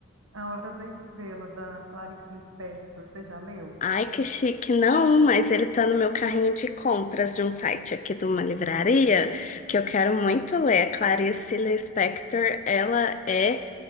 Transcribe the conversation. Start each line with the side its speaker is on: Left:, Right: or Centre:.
Right: A Hora da Estrela, da Clarice Lispector. Você já leu?
Left: Ai, que chique, não, mas ele tá no meu carrinho de compras de um site aqui de uma livraria que eu quero muito ler. A Clarice Lispector, ela é